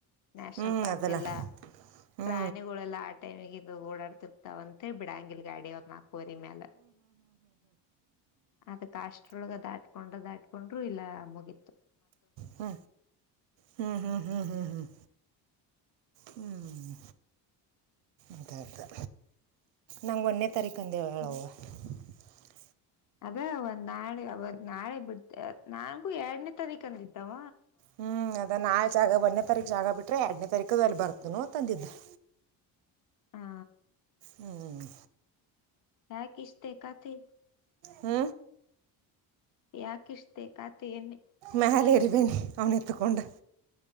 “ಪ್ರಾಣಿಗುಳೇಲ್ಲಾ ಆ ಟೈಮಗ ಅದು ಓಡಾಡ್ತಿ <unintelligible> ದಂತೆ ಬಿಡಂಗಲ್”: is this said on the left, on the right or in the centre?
Left